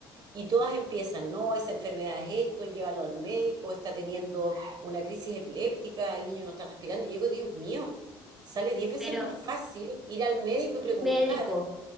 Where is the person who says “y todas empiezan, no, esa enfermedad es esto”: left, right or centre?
Right